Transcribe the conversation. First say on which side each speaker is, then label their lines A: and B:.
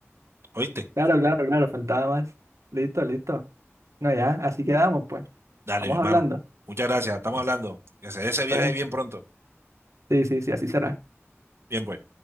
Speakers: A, on the right (about 55°); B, on the right (about 85°).
A: oíste,
B: Claro, claro, claro, faltaba más. Listo, listo. No, ya, así quedamos, pues.
A: dale,
B: Vamos
A: mi hermano,
B: hablando.
A: muchas gracias, estamos hablando, que se dé ese
B: Está
A: viaje
B: bien.
A: bien pronto,
B: Sí, sí, sí, así será.
A: bien pues.